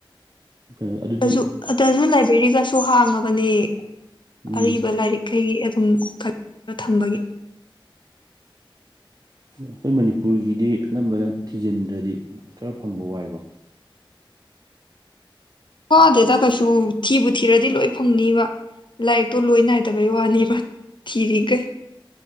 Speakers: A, on the right; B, on the left.
A: ꯀꯩ ꯑꯗꯨ
B: ꯑꯗꯨ ꯑꯗꯨꯗꯁꯨ ꯂꯥꯏꯕ꯭ꯔꯦꯔꯤꯒꯁꯨ ꯍꯥꯡꯉꯕꯅꯦ
A: ꯎꯝ
B: ꯑꯔꯤꯕ ꯂꯥꯏꯔꯤꯛ ꯀꯩꯒꯤ ꯑꯗꯨꯝ ꯈ ꯊꯝꯕꯒꯤ
A: ꯑꯩꯈꯣꯏ ꯃꯅꯤꯄꯨꯔꯒꯤꯗꯤ ꯑꯅꯝꯕꯅ ꯊꯤꯖꯤꯟꯗ꯭ꯔꯗꯤ ꯈꯔ ꯐꯪꯕ ꯋꯥꯏꯀꯣ
B: ꯋꯥꯗꯦꯗ ꯀꯩꯁꯨ ꯊꯤꯕꯨ ꯊꯤꯔꯗꯤ ꯂꯣꯏ ꯐꯪꯅꯤꯕ ꯂꯥꯏꯔꯤꯛꯇꯣ ꯂꯣꯏ ꯅꯥꯏꯗꯕꯩ ꯋꯥꯅꯦꯕ ꯊꯤꯔꯤꯈꯩ